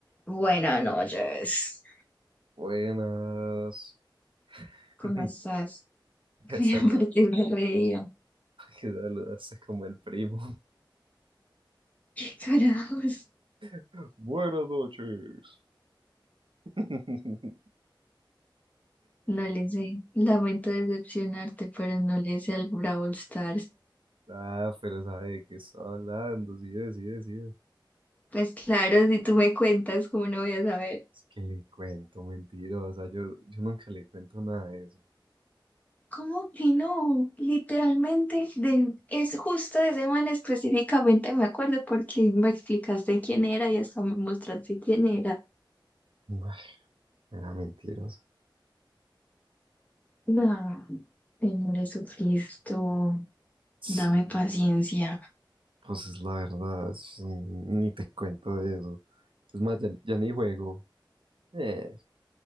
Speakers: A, on the left; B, on the right.
A: Buenas noches.
B: Buenas.
A: ¿Cómo
B: <laughs>
A: estás? <laughs> Ría
B: Saluda,
A: porque me reía.
B: que saludaste como el primo.
A: ¿Qué carajos?
B: <laughs> Buenas noches. <laughs>
A: No le sé. Lamento decepcionarte, pero no le sé al Brawl Stars.
B: Ah, pero sabe de qué está hablando, sí, sí, sí.
A: Pues claro, si tú me cuentas, ¿cómo no voy a saber?
B: Es que le cuento, mentirosa. Yo, yo nunca le cuento nada de eso.
A: ¿Cómo que no? Literalmente, de- es justo de semana específicamente me acuerdo porque me explicaste quién era y hasta me mostraste quién era.
B: Ay, Era mentirosa.
A: No, Señor Jesucristo,
B: Sí,
A: dame paciencia.
B: pues es la verdad. sí, Ni te cuento de eso. Es más, ya, ya ni juego. Eh,